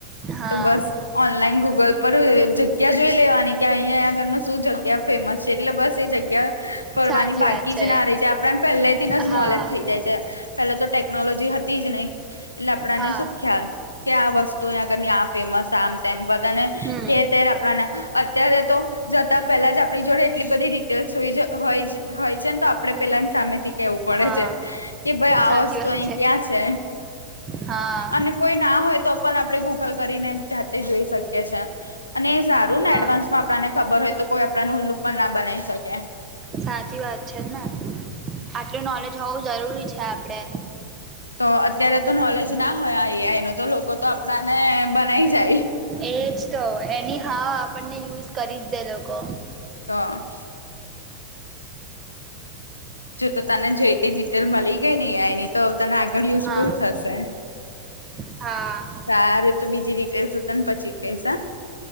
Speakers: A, on the right; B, on the left.
A: હા
B: તો બસ ઓનલાઈન ગુગલ પર જગ્યા જોઈ લેવાની કે અહીંયા આગળ શું જગ્યા ફેમસ છે એટલે બસ એ જગ્યા ફરવાની
A: સાચી
B: બાકી
A: વાત છે
B: જ ના રહી જાય આપણને પહેલે થી નેજ
A: હા
B: નોલેજ થઈ જાય પેલા તો ટેકનોલોજી હતી જ નહી એટલે આપડાને
A: હા
B: શું ખ્યાલ કે આ વસ્તુ અયા આગળની આ ફેમસ આમ તેમ બધા ને
A: હમ
B: કે તે આપણાને અત્યારે તો જતા પેલા જ આપણી જોડે એટલી બધી ડિટેલ્સઈ હોઈ હોય જ હોય છે ને તો આપડે પેલા ની સામે થી કેવું પડે
A: હા
B: છે કે ભાઈ આ
A: સાચી
B: વસ્તુ
A: વાત
B: અહી ક્યાં છે
A: હા
B: અને કોઈ ના હોય તો પણ આપણે ગૂગલ કરીને જાતે જોઈ શકીએ છે. અને એ સારું ને
A: હા
B: એડવાન્સ માં આપણને ખબર હોય તો કોઈ આપણાનું ઉલ્લું પણ ના બનાવી શકે.
A: સાચી વાત છે ને આટલું નોલેજ હોવું જરૂરી છે આપડે.
B: તો અત્યારે તો નોલેજ ના હોય આ એઆઈ નો તો લોકો તો આપણાને બનાઈ જાય.
A: એજ તો એની હાવ આપણને યુઝ કરી જ દે લોકો.
B: તો. જો તો તને જોઈ તે ડિટેલ મળી ગઈ ને એઆઈ ની તો તને આગળ યુઝફુલ
A: હા
B: થશે.
A: હા.
B: સારું તો બીજી ડિટેલ્સ હું તને પછી કઈશ હા.